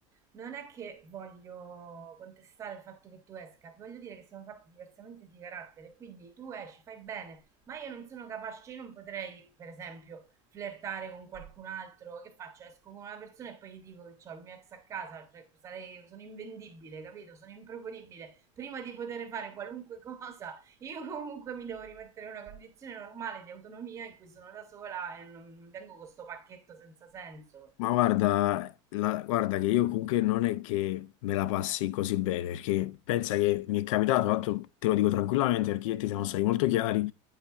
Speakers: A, on the right (about 20°); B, on the left (about 80°).
A: non è che voglio contestare il fatto che tu esca, ti voglio dire che siamo fatti diversamente di carattere, quindi tu esci, fai bene, ma io non sono capace, io non potrei, per esempio, flirtare con qualcun altro, che faccio? Esco con una persona e poi gli dico che ho il mio ex a casa, cioè sarei, sono invendibile, capito? Sono improponibile, prima di poter fare qualunque <laughs> cosa io comunque mi devo rimettere in una condizione normale di autonomia in cui sono da sola e non vengo con sto pacchetto senza senso.
B: Ma guarda, la- guarda che io comunque non è che me la passi così bene, perché pensa che mi è capitato, tanto te lo dico tranquillamente perché io e te siamo stati molto chiari,